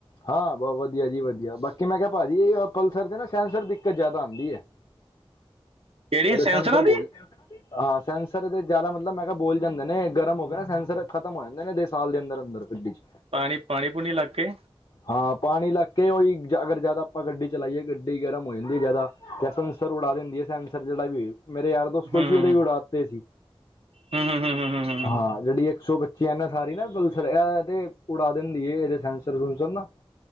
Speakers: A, on the left (about 50°); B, on the right (about 75°).
A: ਹਾਂ, ਬਹੁ ਵਧੀਆ ਜੀ ਵਧੀਆ। ਬਾਕੀ ਮੈਂ ਕਿਹਾ ਭਾਜੀ, ਪਲਸਰ ਦੇ ਨਾ ਸੈਂਸਰ ਦਿੱਕਤ ਜ਼ਿਆਦਾ ਆਉਂਦੀ ਹੈ।
B: ਕਿਹੜੀ
A: ਅ ਤੇ ਸੈਂਸਰ
B: ਸੈਂਸਰਾਂ ਦੀ
A: ਬੋਲ? ਹਾਂ। ਸੈਂਸਰ ਤਾਂ ਜ਼ਿਆਦਾ ਮਤਲਬ ਮੈਂ ਕਿਹਾ ਬੋਲ ਜਾਂਦੇ ਨੇ, ਗਰਮ ਹੋ ਗਏ ਨਾ ਸੈਂਸਰ ਖਤਮ ਹੋ ਜਾਂਦੇ ਨੇ, ਦੋ ਸਾਲ ਦੇ ਅੰਦਰ-ਅੰਦਰ ਗੱਡੀ 'ਚ।
B: ਪਾਣੀ-ਪਾਣੀ, ਪੂਣੀ ਲੱਗ ਕੇ?
A: ਹਾਂ ਪਾਣੀ ਲਗਕੇ ਹੋਈ ਅਗਰ ਜ਼ਿਆਦਾ ਆਪਾਂ ਗੱਡੀ ਚਲਾਈਏ ਗੱਡੀ ਗਰਮ ਹੋ ਜਾਂਦੀ ਜ਼ਿਆਦਾ ਯਾਤ ਅਂ -ਆ ਦਿੰਦੀ ਹੈ ਸੈਂਸਰ ਜਿਹੜਾ ਵੀ। ਮੇਰੇ ਯਾਰ-ਦੋਸਤ ਕੋਲ
B: ਹੂੰ
A: ਸੀ,
B: ਹੂੰ
A: ਉਹਦੇ ਵੀ ਉਡਾ ਦਿੱ ਤੇ ਸੀ।
B: ਹੂੰ ਹੂੰ ਹੂੰ ਹੂੰ ਹੂੰ ਹੂੰ ਹੂੰ
A: ਹਾਂ, ਜਿਹੜੀ ਇੱਕ-ਸੌ-ਪਚ ਚੈਨਾਂ ਸਾਰੀ ਨਾ ਏ ਪਲਸਰ, ਏ ਤੇ ਉਡਾ ਦਿੰਦੀ ਏ ਇਹਦੇ ਸੈਂਸਰ-ਸੁਸਰ ਨਾ।